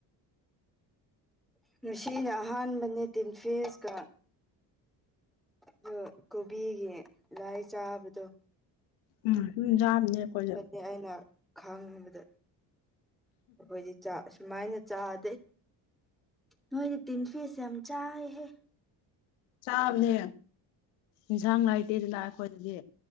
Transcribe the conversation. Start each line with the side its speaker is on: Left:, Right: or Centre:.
Centre: ꯉꯁꯤꯅ ꯑꯍꯥꯟꯕꯅꯦ ꯇꯤꯟꯐꯤꯁꯀꯥ ꯗꯣ ꯀꯣꯕꯤꯒꯤ ꯂꯥꯏ ꯆꯥꯕꯗꯣ
Left: ꯎꯝ ꯁꯨꯝ ꯆꯥꯕꯅꯦ ꯑꯈꯣꯏꯁꯨ
Centre: ꯑꯦ ꯑꯩꯅ ꯈꯪꯕꯗ ꯑꯈꯣꯏꯗꯤ ꯆꯥꯥꯛ ꯑꯁꯨꯃꯥꯏꯅ ꯆꯥꯗꯦ ꯅꯣꯏꯗꯤ ꯇꯤꯟꯐꯤꯁ ꯌꯥꯝ ꯆꯥꯏꯍꯦ
Left: ꯆꯥꯕꯅꯦ ꯏꯟꯁꯥꯡ ꯂꯩꯇꯦꯗꯅ ꯑꯈꯣꯏꯗꯗꯤ